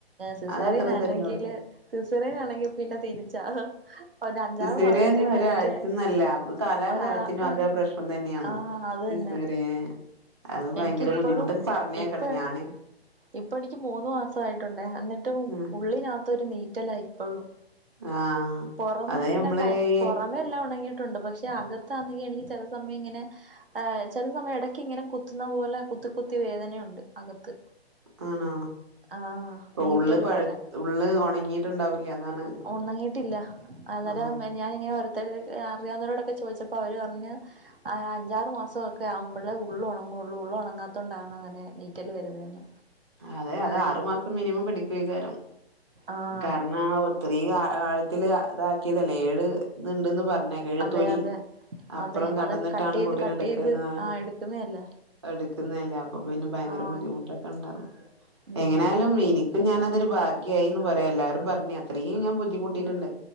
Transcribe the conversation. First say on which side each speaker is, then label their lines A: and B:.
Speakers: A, on the right; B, on the right.
A: സിസേറിയ
B: അതത്ര
A: നാണെങ്കില്.
B: തന്നെള്ളൂ
A: സിസേറിയനാണെങ്കി പിന്നെ തിരിച്ചാ ഒരു അഞ്ചാറ്
B: സിയേറിയനങ്ങനെ
A: മാസത്തേക്കായിട്ട്
B: ഒരാഴ്ച്യൊന്നല്ല കാലാ
A: ഒരാ
B: കാലത്തിനും അതാ
A: ആഹ്
B: പ്രശ് ഇപ്പം തന്നെയാണ്
A: ആഹ് അത്
B: സിസേറിയൻ
A: തന്നെ
B: അത്
A: എനിക്കിപ്പോഴും
B: ഭയങ്കര ബുദ്ധിമുട്ടന്ന് പറഞ്ഞേക്കട്ട
A: ഇപ്പ
B: ഞാന്
A: ഇപ്പൊ എണിക്ക് മൂന്ന് മാസമായിട്ടുണ്ട് എന്നിട്ടും
B: ഉം
A: ഉള്ളിനകത്ത് ഒരു നീറ്റലാ ഇപ്പഴും.
B: ആഹ്
A: പൊറമെ
B: അത്
A: എല്ലാം
B: നമ്മള്
A: കയന്
B: ഈ
A: പൊറം യെല്ലാം ഉണങ്ങിയിട്ടുണ്ട് പക്ഷെ അകത്താന്നെങ്കി എനിക്ക് ചില സമയം ഇങ്ങനെ. ആ ചില സമയം ഇടക്ക് ഇങ്ങനെ കുത്തുന്ന പോലെ കുത്തി കുത്തി വേദനയുണ്ട് അകത്ത്.
B: ആണോ
A: ആഹ് നീറ്റല്
B: ഉള്ള് പഴ്
A: പോലെ
B: ഉള്ള് ഉണങ്ങിട്ടുണ്ടാവില്ല അതാണ്
A: ഉണങ്ങിയിട്ടില്ല അന്നേരം
B: ആഹ്
A: ഞാനിങ്ങനെ ഓരോത്തർ അറിയാവുന്നവരോടൊക്കെ ചോദിച്ചപ്പോ അവര് പഞ്ഞഞ്. അഞ്ചാറ് മാസമൊക്കെ ആവുമ്പോഴേ ഉള്ളു ഉണങ്ങുള്ളൂ ഉള് ഉണങ്ങാത്തത് കൊണ്ടാണ് അങ്ങനെ നീറ്റല് വരുന്നതെന്ന്.
B: അതെ അത്
A: അങ്ങനെ
B: ആറു മാസം മിനിമം പിടിക്കക്കാരം
A: ആഹ്
B: കാരണാ ഒ ത്രീ ആഴത്തില് ഇതാക്കിയതല്ലേ ഏഴ് ഇത്ണ്ട്ന്ന് പറഞ്ഞേക്ക ഏഴു
A: അതെ
B: തോലി.
A: അതെ
B: അപ്പറം
A: അതെ
B: കടന്നിട്ടാണ്
A: അത് കട്ട് ചെയ്ത്
B: കുട്ടീന
A: കട്ട്
B: എടുക്കന്ന്.
A: ചെയ്ത് ആ എടുക്കുന്നയല്ലേ
B: എടുക്കുന്നല്ലേ അപ്പൊ പിന്നെ ഭയങ്കര
A: ആഹ്
B: ബുദ്ധിമുട്ടൊക്കെ ഇണ്ടാകും
A: ഉം
B: എങ്ങനെയാലും എനക്കും ഞാനതൊരു ഭാഗ്യായിന്ന് പറയാം. എല്ലാരും പറഞ്ഞ്, അത്രയും ഞാൻ ബുദ്ധി മുട്ടിട്ടുണ്ട്.